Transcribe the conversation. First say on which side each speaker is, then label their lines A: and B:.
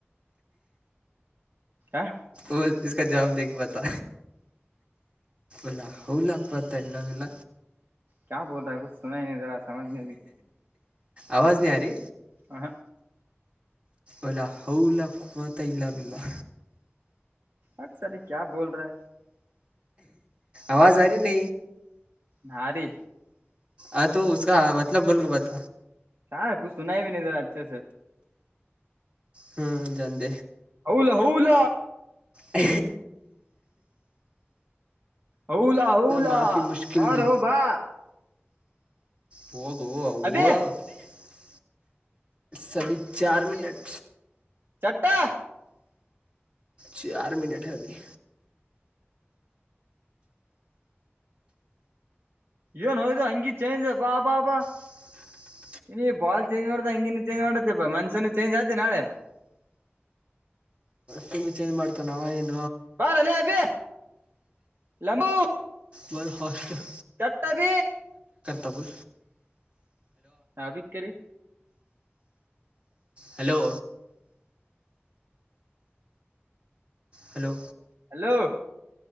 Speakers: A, on the right; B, on the right.
A: ಹ
B: ಒ ಇಕ ಜವಾಬ ದಕ್ಕೆ ಬತ ಇಲ್ಲ ಹಲ ಹಕುವತ ಇಲ್ಲವಲ್ಲ
A: ಕಾ ಬೋಲ್ ರೆ ಕುುನ ನೀ ಜರಾ ಸಮ ನೀ
B: ಆವಾಜ ನೀರಿ
A: ಹ ಹ
B: ಒಲ್ಲ ಹೌಲ್ಲತಲ್ಲ
A: ಅ ಸರಿ ಕ ಬೋಲ್ ರಾ
B: ಆವಾಜ ಆ ರ ನ
A: ನಲಿಿ
B: ಹತಕ ಮಲಬ್ ಬಲ್ಕ ಬತ
A: ಹಾ ಕುುನ ಬಿ ನೀಿದೆರ ಅ್ಛೆ
B: ಹ್ಮ್ ಜಂದ
A: ಹೌಲ ಹೌಲ
B: ಹ
A: ಹೌಲಾ ಹೌಲಾ
B: ಮಾಫಿ ಮುಷ್ಕಿಲ್ದು
A: ಬಾರ ಬಾ
B: ಹಓದು ಹ
A: ಅಬೇ
B: ಹ ಸಭ ಚಾರ್ ಮಿನಟ
A: ಚಟ್ಟಾ
B: ಚಾರ ಮಿನಟ ಹಲ್ಲಿಿ
A: ಏನ್ೋಯ್ದ ಹಂಗಿ ಚೇಂಜ್ ಬಾ ಬಾ ಬಾ
B: ಹಾ ಹ
A: ಇ ಬಾಲ್ ಚೇಂಜ್ ಮಾಡ್ದ ಹಂಗಿನು ಚೇಂಜ್ ಮಾಡತ್ತತಿ ಮನ್ಷಸನನು ಚೇಂಜ್ ಆತಿ ನಾಳೆ
B: ತಿಿ ಚೇಂಜ್ ಮಾಡ್ತ ಏನು
A: ಬಾರ ಅಲ್ಲ ಅಬ ಲಂಬೂ
B: ಬಲ್ ಹಾಸ್ಪಟಲ್
A: ಚಟ್ಟ ಭ
B: ತಬು
A: ಹ ಬಕ್ಕರಿ
B: ಹಲೋ ಹಲೋ
A: ಹಲೋ